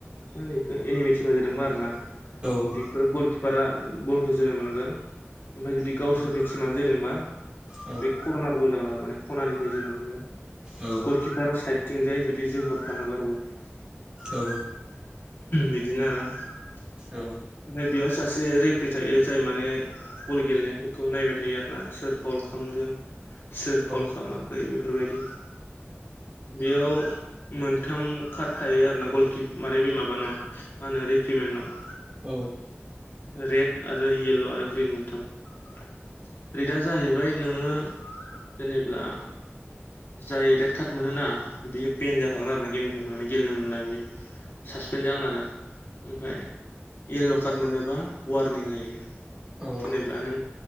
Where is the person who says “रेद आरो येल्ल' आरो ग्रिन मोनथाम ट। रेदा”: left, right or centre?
Left